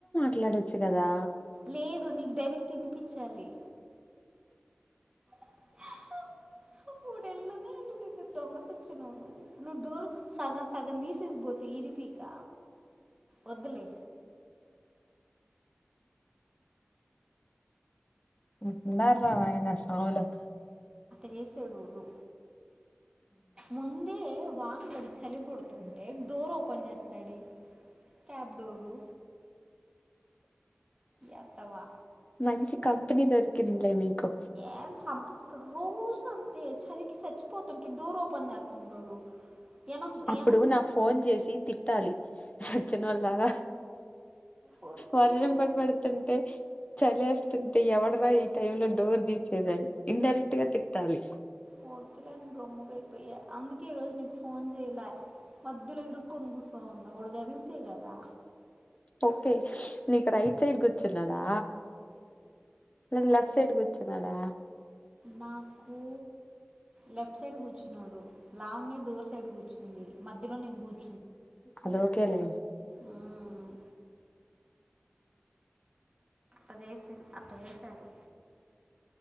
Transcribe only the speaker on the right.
లేదు నీకు డైరెక్ట్ తినిపించాలి <unintelligible> దొంగసచ్చినోడు నువ్వు డోరు సగంసగం తీసేసి పోతే ఇనిపియ్యక వద్దులే
వెసెడుడు ముందే వాన్ బడి చలి పుడుతుంటే డోర్ ఓపెన్ చేస్తాడు క్యాబ్డోరు ఎదవా
ఏం సంపుతుంటాడు రోజు అంతే చలీకి చచ్చిపోతుంటే డోర్ ఓపెన్ చేస్తుంటాడు వెనక్
వెనక్
వద్దులే
అని
వద్దులేని గమ్ముగైపోయా అందుకే ఈ రోజు నీకు ఫోన్ లా మధ్యలో ఇరుకోను కూసున్నా వాడు గదిలితే కదా
నాకు లెఫ్ట్ సైడ్ కూర్చున్నాడు లావణ్య డోర్ సైడ్ కూర్చుంది మధ్యలో నేను కూర్చు
మ్మ్. అట్ట చేసి అట్ట చేశారు